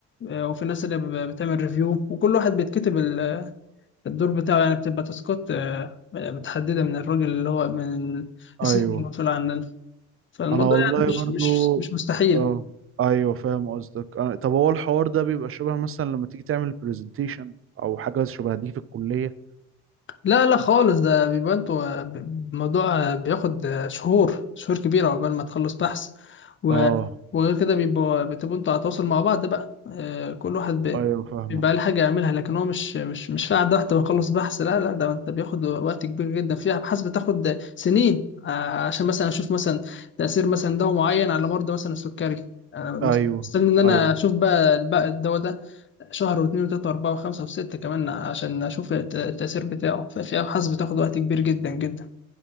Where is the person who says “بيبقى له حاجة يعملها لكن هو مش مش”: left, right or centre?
Left